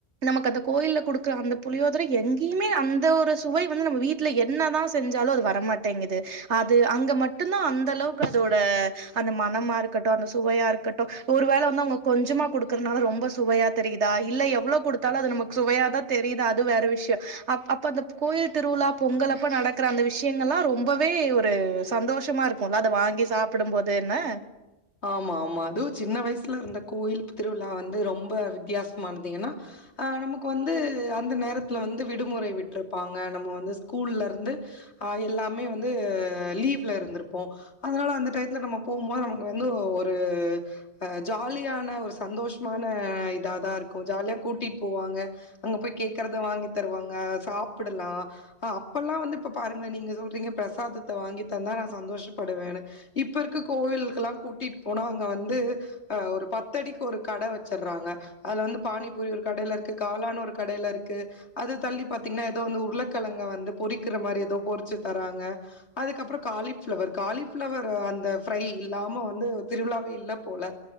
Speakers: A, on the right; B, on the left.
A: நமக்கு அந்த கோயிலெக் குடுக்கற அந்த புளியோதிரை எங்கியுமே அந்த ஒரு சுவை வந்து நம்ம வீட்ல என்னதான் செஞ்சாலும் அது வரமாட்டேங்குது அது அங்க மட்டுந்தான் அந்த அளவுக்கு அதோட அந்த மனமா இருக்கட்டும் அந்த சுவையா இருக்கட்டும் ஒரு வேல வந்து அவ்ங்க கொஞ்சமா குடுக்கறனால ரொம்ப சுவையா தெரியுதா இல்ல எவ்வளோ குடுத்தாலும் அது நமக்கு சுவையாதான் தெரியுதா அது வேற விஷ்ய அப் அப்ப அந்த கோயில் திருவுழா பொங்கலப்ப நடக்கிற அந்த விஷ்யங்களல்லா ரொம்பவே ஒரு சந்தோஷமா இருக்குல்ல அத வாங்கி சாப்புடும் போதுன்னு
B: ஆம்மா ஆம்மா அதுவும் சின்ன வய்சுல இருந்த கோவில் திருவிழா வந்து ரொம்ப வித்தியாசமானது ஏனா ஆஹ் நமுக்கு வந்து அ ந்த நேரத்துல வந்து விடுமுறை விட்ருப்பாங்க நம்ம வந்து ஸ் கூல்ல இருந்து ஆஹ் எல்லாமே வந்து லீவ்ல இருந்திருப்போம் அதனால அந்த டயத்துல நம்ம போம்போது நமக் வந்து ஒரு ஆஹ் ஜாலியான ஒரு சந்தோஷ்மான இத தா இருக்கும் ஜாலியா கூட்டிட் போவாங்க அங்க போய் கேக்கறத வாங்கி தரவாங்க சாப்புடலாம் ஆஹ் அப்பல்லா வந்து இப்ப பாருங்களே நீங்க சொல்றீங்க பிரசாதத்த வாங்கி தந்தா நா சந்தோஷ்ப்படுவேனு இப்ப இருக்க கோவில் கெல்லா கூட்டிட் போனா அங்க வந்து ஆ ஒரு பத்தடிக் ஒரு கட வச்சற்றாங்க அதுல வந்து பானிபூரி ஒரு கடெயில இருக்கு காளான் ஒரு கடெயில இருக்கு அது தள்ளி பாத்தீங்னா எதோ வந்து உர்ளக்கெழங்க வந்து பொறிக்கிற மாரி எதோ பொரிச்சி தராங்க அதுக்கப்புறோ காலிஃபிளவர் காலிஃபிளவர் அந்த ஃப்ரை இல்லாம வந்து திருவிழாவே இல்ல போல